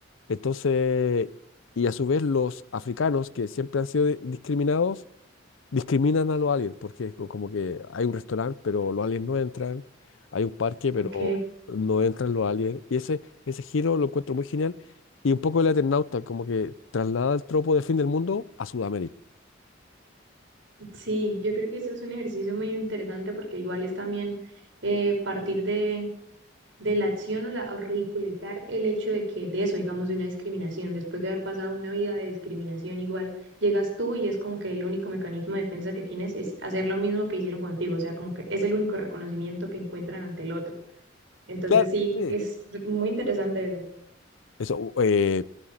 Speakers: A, on the left (about 80°); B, on the right (about 70°).
A: entonces... Y a su vez los africanos, que siempre han sido de- discriminados, discriminan a los aliens, porque es co- como que hay un restaurante, pero los aliens no entran, hay un parque,
B: Ujú,
A: pero
B: Ok,
A: no entran los aliens, y ese, ese giro lo encuentro muy genial, y un poco el Eternauta, como que traslada el tropo de fin del mundo a Sudamérica.
B: sí, yo creo que eso es un ejercicio muy interesante porque igual es también eh, partir de de la acción o, la, o ridiculizar el hecho de que de eso, digamos, de una discriminación, después de haber pasado una vida de discriminación igual, llegas tú y es como que el único mecanismo de defensa que tienes es hacer lo mismo que hicieron contigo, o sea, como que es el único reconocimiento que encuentran ante el otro. Entonces
A: Claro,
B: sí,
A: sí.
B: es muy interesante eso.
A: Eso, u- eh,